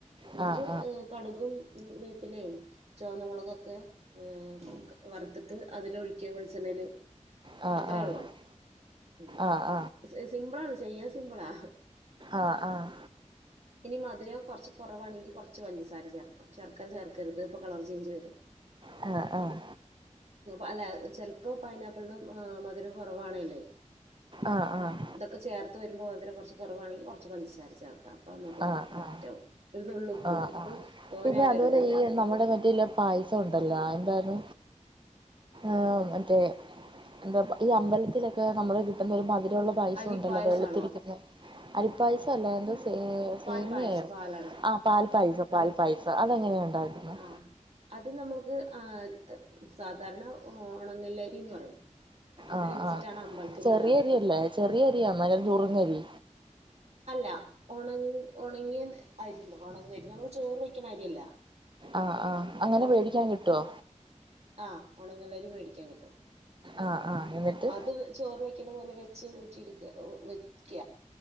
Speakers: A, on the right; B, on the right.
A: എന്നിട്ട്
B: ആഹ്
A: ഏഹ് കടുകും വേപ്പിലയും ചുവന്നമുളകൊക്കെ ഏഹ് വറുത്തിട്ട് അതിൽ ഒഴിക്കിയ വെളിച്ചെണ്ണേല്
B: ആഹ് ആഹ്
A: അത്രയേ
B: ആഹ്
A: ഉള്ളോ ഉം
B: ആഹ് ആഹ്
A: സിമ്പിളാണ് ചെയ്യാൻ സിമ്പിളാ
B: ആഹ് ആഹ്
A: ഇനി മധുരം കുറച്ച് കുറവാണെങ്കിൽ കുറച്ച് പഞ്ചസാര ചേർക്കാം ശർക്കര ചേർക്കരുത് ഇപ്പൊ കളർ ചേഞ്ച് വരും
B: <unintelligible> ആഹ്
A: അല്ല ചിലപ്പോ പൈനാപ്പിളിനും മധുരം കുറവാണല്ലേ
B: ആഹ് ആഹ്
A: ഇതൊക്കെ ചേർത്തു വരുമ്പോൾ മധുരം കുറച്ച് കുറവാണെങ്കിൽ കുറച്ച് പഞ്ചസാര ചേർക്കാം അപ്പ മധുരം
B: ആഹ് ആഹ്
A: കറക്റ്റാവും ഒരുനുള്ള് ഉപ്പും
B: ആഹ്
A: ഉപ്പ്
B: ആഹ്
A: തോന്നാവരുത്
B: പിന്നെ അതുപോലെ ഈ നമ്മുടെ മറ്റയില്ല പായസം ഉണ്ടല്ലോ എന്താത് ആഹ്‌
A: എന്ത് പൈസ
B: മറ്റേ എന്താ ഈ അമ്പലത്തിലൊക്കെ നമ്മള് കിട്ടുന്നൊരു മധുരമുള്ള പായസം
A: അരിപ്പായസാണോ
B: ഉണ്ടല്ലോ വെളുത്തിരിക്കുന്ന അരിപ്പായസം അല്ല എന്താ
A: വെള്ള
B: സേ
A: പാൽ
B: സേമിയോ
A: പായസം പാലാണ്
B: ആഹ് പാൽ പായസം പാൽ പായസം അതെങ്ങനെയ ഉണ്ടാക്കുന്നത്
A: ആഹ് അത് നമ്മൾക്ക് ആഹ് സാധാരണ ഉണങ്ങല്ലരിന്ന് പറയും അത്
B: ആഹ്
A: വെച്ചിട്ടാണ്
B: ആഹ്
A: അമ്പലത്തിൽ
B: ചെറിയ
A: ഉണ്ടാക്കാറ്
B: അരിയല്ലേ ചെറിയ അരി ആണ് <unintelligible> നുറുങ്ങ അരി
A: അല്ല ഉണ ഉണങ്ങിയ അരിണ്ട് ഉണങ്ങിയ അരി നമ്മള് ചോറ് വെക്കണ അരി അല്ല
B: ആഹ് ആഹ് അങ്ങനെ വേടിക്കാൻ കിട്ടുവോ
A: ആഹ് ഉണങ്ങലരി വേടിക്കാൻ കിട്ടും
B: ആഹ് ആഹ് എന്നിട്ട്
A: അത് ചോറ് വയ്ക്കുന്ന പോലെ വെച്ച് ഊറ്റിടുക്കുക വയ്ക്ക